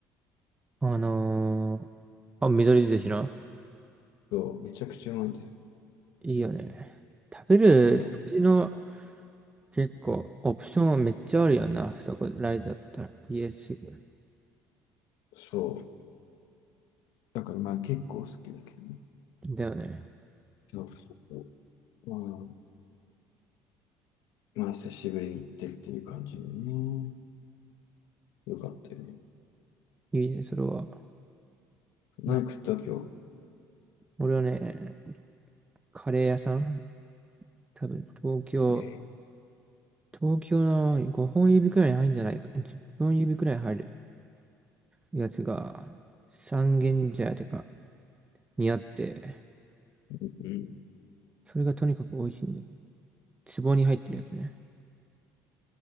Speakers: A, on the right (about 15°); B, on the left (about 70°).
A: あのー、あ、緑寿司な。
B: そう、めちゃくちゃうまいんだよ。
A: いいよね。食べる食事の
B: そ
A: 結構オプションはめっちゃあるよな。二子ライズだったら。家すぐ。
B: う、そう。だからまあ、結構好きだけどね。
A: だよね。
B: そうそうそうまあ、まあ、久しぶりに行ってっていう感じでね。よかったよね。
A: いいね、それは。
B: 何食った今
A: な、俺はね、カレー屋さん多分東京、
B: 日。え
A: 東京の5本指くらいに入るんじゃないか。10本指くらい入るやつが三軒茶屋てかにあって、
B: うん。
A: それがとにかく美味しいんで。壺に入ってるやつね。